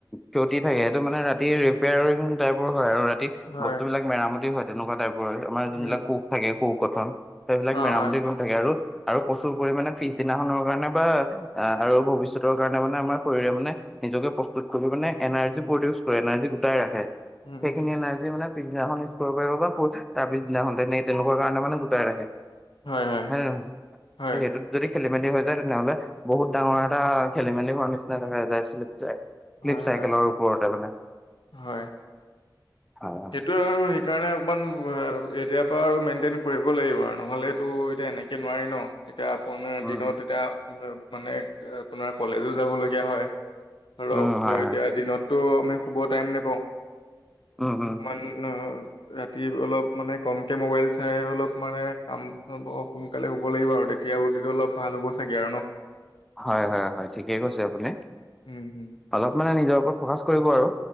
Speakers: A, in the centre; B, on the left.
A: ক্ষতি থাকে সেইটো মানে ৰাতি ৰিপেয়াৰিং টাইপৰ হয় আৰু ৰাতি।
B: হয়
A: বস্তুবিলাক মেৰামতি হয় তেনেকুৱা টাইপৰ আমাৰ যোনবিলাক
B: উম
A: কোষ থাকে কোষ গঠন। সেইবিলাক
B: অ'
A: মেৰামতি
B: হয়
A: কৰি থাকে আৰু -আৰু -প্ৰচুৰ
B: উম
A: পৰিমানে পিছদিনাখনৰ কাৰণে বা আৰু ভৱিষ্যত। পেটৰ কাৰণে মানে আমাৰ শৰীৰে মানে নিজকে প্ৰস্তুত কৰি মানে এনাৰ্জি প্ৰডিউচ কৰে এনাৰ্জি গোটাই ৰাখে।
B: উম
A: সেইখিনিয়ে
B: উম
A: এনাৰ্জি মানে পিছদিনাখন। কৰিব পাৰিব বা তাৰ পিছ দিনাখনতে তেনেকুৱা কাৰণে মানে গোটাই ৰাখে।
B: হয় -হয়।
A: হয়
B: হয়
A: সেইটোত যদি খেলি মেলি হৈ যায় তেনেহ'লে বহুত ডাঙৰ এটা খেলিমেলি হোৱা নিচিনা। নাই নাই নাই ছিলিপ যায় ছিলিপ
B: হয় হয়
A: চাইকেলৰ
B: হয়।
A: ওপৰতে মানে।
B: হয়।
A: হয় হয়
B: ত আৰু সেইকাৰণে অকণমান এতিয়াৰ পৰা আৰু মেইনটেইন কৰিব লাগিব আৰু নহ'লেতো এতিয়া এনেকৈ এনেকে নোৱাৰি ন এতিয়া আপোনাৰ
A: উম
B: দিনত
A: উম
B: এতিয়া মানে আপোনাৰ কলেজো যাব লগীয়া হয় ধৰক
A: উম হয়
B: এতিয়া
A: হয়
B: দিনতটো আমি শুব টাইম নেপাওঁ
A: উম হুম
B: <unintelligible> ৰাতি অলপ মানে কমকে মোবাইল চাই অলপ মানে কাম অ সোনকালে শুব লাগিব আৰু তেতিয়া বডিটো অলপ ভাল হ'ব চাগে আৰু ন
A: হয় হয় হয় ঠিকেই কৈছে আপুনি
B: উম হুম
A: অলপ মানে নিজৰ ওপৰত ফকাচ কৰিব আৰু